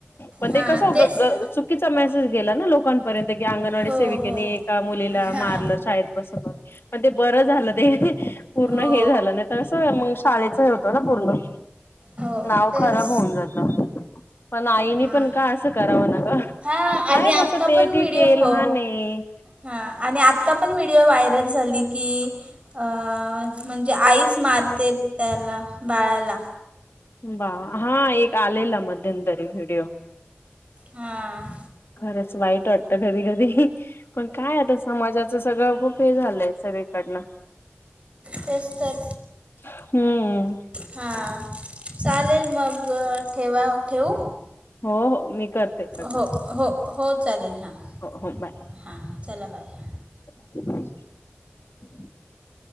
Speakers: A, on the left; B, on the right.
A: पण
B: हां
A: ते कस
B: तेच
A: ग ग
B: तर
A: चुकीचा मेसेज गेला ना लोकांपर्यंत की अंगणवाडी
B: हो
A: सेविकेने
B: हो
A: एका मुलीला
B: हां
A: मारलं शाळेत बसत म मग ते बरं झालं ते पूर्ण
B: हो
A: हे झालं नाही तर असं मग शाळेच हे होतंय ना पूर्ण
B: हो
A: नाव
B: तेच
A: खराब होऊन जात. पण आईनी
B: हां
A: पण का असं करावं ना ग,
B: हां
A: नाही
B: आणि
A: बसतय,
B: आत्ता पण
A: ठीकय,
B: व्हिडिओ हो
A: लहानय.
B: हां आणि आत्ता पण व्हिडिओ व्हायरल झाली की अ म्हणजे आईच मारते त्याला बाळाला.
A: बा हां एक आलेला मध्यंतरी व्हिडिओ.
B: हां.
A: खरंच वाईट टत कधी कधी पण काय आता समाजाचं सगळं खूप हे झालंय सगळीकडनं.
B: ते च तर.
A: हम्म.
B: हां चालेल मग ठेवा ठेवू?
A: हो हो मी करते. इकडनं
B: हो हो हो चालेल हा.
A: हो हो बाय.
B: हां चला बाय हां.
A: <inaudible>